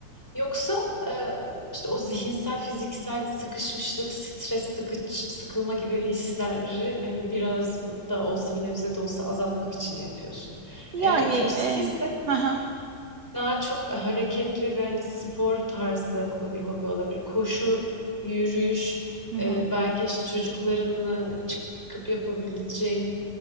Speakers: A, in the centre; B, on the right.
A: Yoksa eee, işte o zihinsel, fiziksel sıkışmışlık, stres, sıkıç, sıkılma gibi hisleri hani biraz da olsa bir nebze de olsa azaltmak için mi yapıyorsun?
B: Yani
A: Eğer ikincisi
B: e,
A: ise
B: <laughs>
A: Daha çok hareketli ve hani spor tarzı bir hobi olabilir. Koşu, yürüyüş,
B: Hı hı.
A: e, belki işte çocuklarınla çıkıp yapabileceğin